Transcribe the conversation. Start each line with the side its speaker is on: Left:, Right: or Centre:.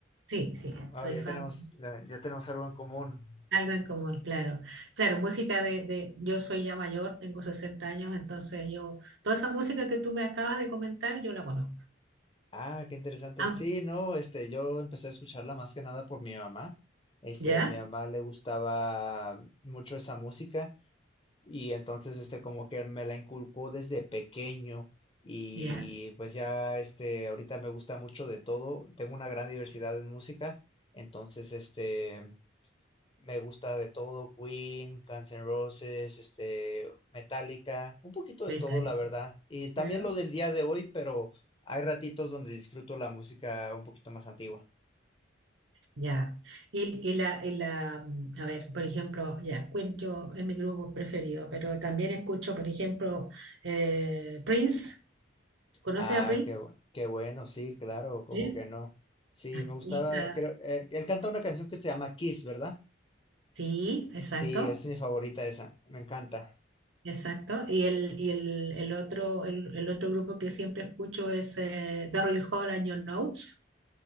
Right: Sí, sí,
Left: Wow,
Right: soy
Left: ya
Right: fan.
Left: tenemos, ya, ya tenemos algo en común.
Right: Algo en común, claro. Claro, música de, de- yo soy ya mayor, tengo 60 años, entonces yo, toda esa música que tú me acabas de comentar, yo la conozco.
Left: Ah, qué interesante.
Right: Ah,
Left: Sí, no, este, yo empecé a escucharla más que nada por mi mamá. Este,
Right: ¿ya?
Left: mi mamá le gustaba mucho esa música Y entonces, este, como que me la inculcó desde pequeño y
Right: ¿Ya?
Left: pues ya, este, ahorita me gusta mucho de todo. Tengo una gran diversidad en música, entonces, este, me gusta de todo, Queen, Guns N' Roses, este, Metallica, un poquito de
Right: metal,
Left: todo, la verdad. Y también
Right: claro.
Left: lo del día de hoy, pero hay ratitos donde disfruto la música un poquito más antigua.
Right: Ya. Y, y la, y la, mm, a ver, por ejemplo, ya, Queen yo es mi grupo preferido, pero también escucho, por ejemplo, eh, Prince. ¿Conoces
Left: Ah,
Right: a Prince?
Left: qué, bu- qué bueno, sí, claro, ¿cómo
Right: Sí.
Left: que no? Sí, me gustaba,
Right: Y, ah,
Left: creo, eh, él canta una canción que se llama Kiss, ¿verdad?
Right: sí, exacto,
Left: Sí, es mi favorita esa, me encanta.
Right: exacto. Y el, y el, el otro, el, el otro grupo que siempre escucho es eh, Daryl Hall and Your Notes.